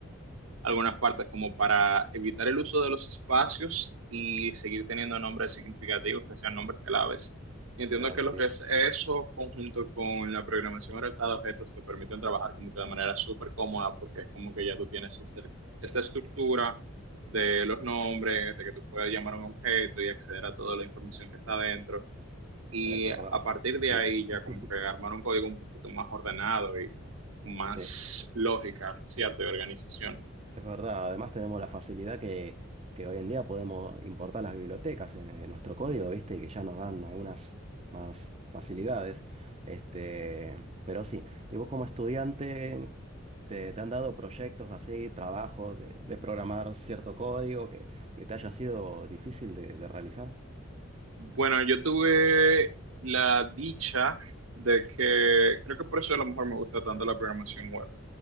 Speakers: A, on the right; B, on the right.
A: algunas partes como para evitar el uso de los espacios y seguir teniendo nombres significativos que sean nombres claves. Y entiendo
B: Claro,
A: que
B: sí,
A: lo que es eso, conjunto con la programación orientada a objetos, te permiten trabajar como que de manera súper cómoda, porque es como que ya tú tienes este- esta estructura de los nombres, de que tú puedes llamar a un objeto y acceder a toda la información que está dentro. Y
B: es verdad.
A: a partir de
B: Sí,
A: ahí ya
B: <laughs>
A: como que armar un código un poquito más ordenado y con más
B: sí.
A: lógica, ¿cierto? Y organización.
B: Es verdad, además tenemos la facilidad que, que hoy en día podemos importar las bibliotecas en, en nuestro código, ¿viste? Que ya nos dan algunas más facilidades. Este, pero sí, ¿y vos como estudiante te, te han dado proyectos así, trabajos de, de programar cierto código que, que te haya sido difícil de, de realizar?
A: Bueno, yo tuve la dicha de que, creo que por eso a lo mejor me gusta tanto la programación web.